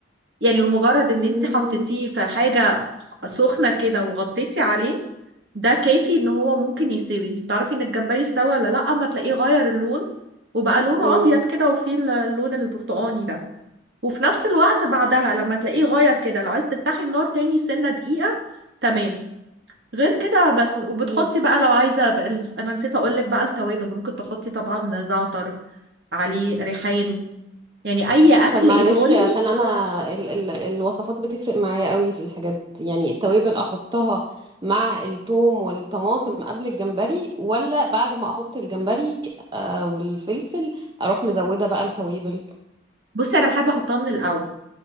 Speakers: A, on the right; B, on the right.
A: يعني المجرد ان
B: امم
A: انت حطيتيه في حاجه سخنه كده وغطيتي عليه ده كافي ان هو ممكن يستوي انت بتعرفي ان الجمبري استوى ولا لا اما تلاقيه غير اللون وبقى لونه
B: امم
A: ابيض كده وفيه ال- اللون البرتقاني ده وفي نفس الوقت بعدها لما تلاقيه غير كده لو عايز تفتحي النار تاني سنه دقيقه تمام غير كده بس
B: اوكي
A: وبتحطي بقى لو عايزه بقى ال- انا نسيت اقول لك بقى التوابل ممكن تحطي طبعا زعتر عليه ريحان يعني اي اكل
B: طب معلش
A: ايطالي
B: عشان انا ال ال الوصفات بتفرق معايا قوي في الحاجات دي يعني التوابل احطها مع الثوم والطماطم قبل الجمبري ولا بعد ما احط الجمبري آه والفلفل اروح مزودة بقى التوابل
A: بصي انا بحب احطها من الاول